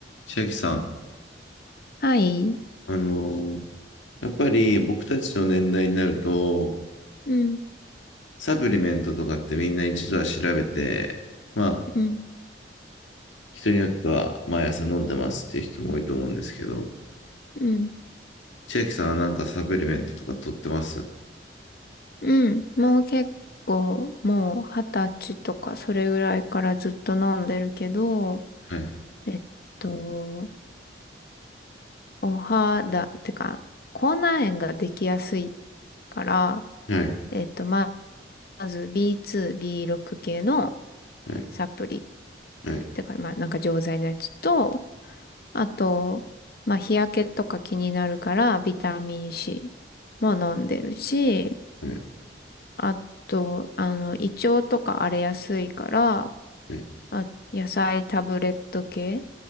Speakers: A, on the left; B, on the left.
A: 千秋さん、
B: はい。
A: あのーやっぱり僕たちの年代になると、
B: うん、
A: サプリメントとかってみんな一度は調べて、まあ、
B: うん、
A: 人によっては毎朝飲んでますっていう人も多いと思うんですけど、
B: うん、
A: 千秋さんはなんかサプリメントとか取ってます
B: うん。もう結構、もう二十歳とかそれぐらいからずっと飲んでるけど、
A: はい。
B: えっと、お肌、てか、口内炎ができやすいから、
A: はい。
B: えっと、ままず B2、B6 系の
A: はい。
B: サプリっ
A: はい。
B: てか、まあなんか錠剤のやつと、あと、まあ日焼けとか気になるからビタミン C も飲んでるし、
A: はい。
B: あと、あの、胃腸とか荒れやすいから、
A: はい。
B: あ、野菜タブレット系